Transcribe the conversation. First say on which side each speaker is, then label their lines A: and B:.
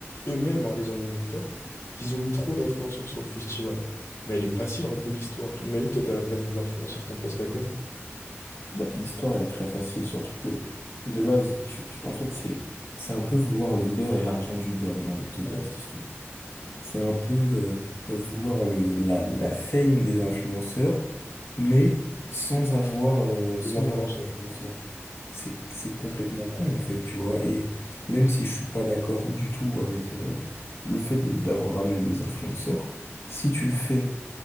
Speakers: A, on the left; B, on the left.
A: eux-mêmes, hein, les organisateurs, qu'ils ont mis trop d'influenceurs sur le festival. Mais elle est facile un peu l'histoire. Imagine, toi, t'es à la place des influenceurs, t'en penserais quoi?
B: Bah, l'histoire. Elle est très facile, surtout que de base, tu, tu- en fait, c'est, c'est un peu vouloir le beurre et l'argent du beurre, j'ai envie de te dire,
A: Ouais.
B: cette histoire. C'est un peu euh, vouloir le, la, la fame des influenceurs, mais sans avoir, euh, sans
A: Les influenceurs.
B: avoir d'influenceurs. C'est, c'est complètement con, en fait, tu vois. Et même si je suis pas d'accord du tout avec euh, le fait de- d'avoir ramené des influenceurs, si tu le fais